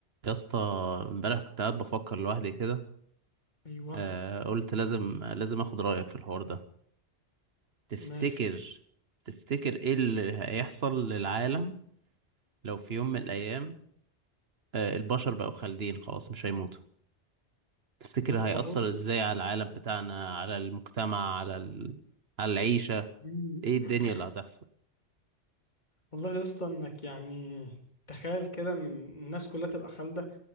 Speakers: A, on the right; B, on the left.
A: يا اسطى امبارح كنت قاعد بفكر لوحدي كده
B: ايوه
A: آه قلت لازم لازم اخد رأيك في الحوار ده تفتكر
B: ماشي
A: تفتكر ايه اللي هيحصل للعالم لو في يوم من الايام آه البشر بقوا خالدين خلاص مش هيموتوا تفتكر
B: يا اسطى
A: هيأثر
B: بص
A: ازاي على العالم بتاعنا على المجتمع على ال... على العيشة
B: مم.
A: ايه الدنيا
B: <clears throat>
A: اللي هتحصل
B: والله يا اسطى انك يعني تخيل كده ان الناس كلها تبقى خالده